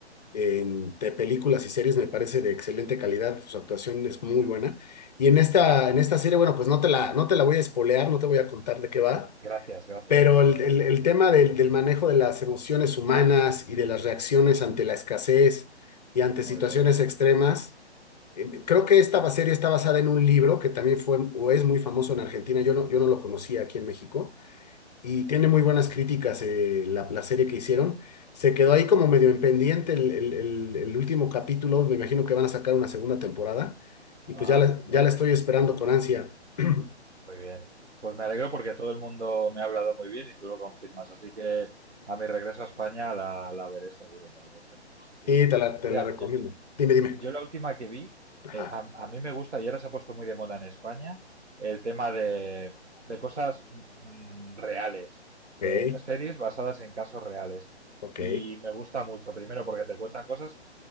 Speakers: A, on the left; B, on the right.
A: en de películas y series me parece de excelente calidad. Su actuación es muy buena. Y en esta, en esta serie, bueno, pues no te la, no te la voy a espolear, no te voy a contar de qué va,
B: Gracias, gracias.
A: pero el, el- el tema del, del manejo de las emociones humanas y de las reacciones ante la escasez y ante
B: Muy
A: situaciones
B: bien.
A: extremas Em, Creo que esta serie está basada en un libro que también fue o es muy famoso en Argentina. Yo no, yo no lo conocía aquí en México y tiene muy buenas críticas eh, la, la serie que hicieron. Se quedó ahí como medio en pendiente el, el- el- el último capítulo. Me imagino que van a sacar una segunda temporada y pues
B: Ah,
A: ya la,
B: vale.
A: ya la estoy esperando con ansia. <clears throat>
B: Muy bien. Pues me alegro porque todo el mundo me ha hablado muy bien y tú lo confirmas. Así que a mi regreso a España la, la veré seguro, la veré seguro. Sí, sí.
A: Sí, te la, te
B: Mira,
A: la recomiendo.
B: yo,
A: Dime, dime.
B: yo la última que vi,
A: Ajá.
B: eh, a, a mí me gusta y ahora se ha puesto muy de moda en España el tema de, de cosas mm, reales,
A: Ok,
B: eh, series basadas en casos reales.
A: ok.
B: Y me gusta mucho, primero porque te cuentan cosas